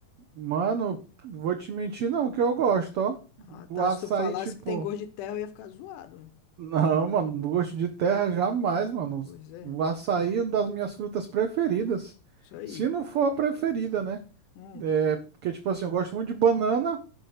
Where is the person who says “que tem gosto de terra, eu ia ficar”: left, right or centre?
Left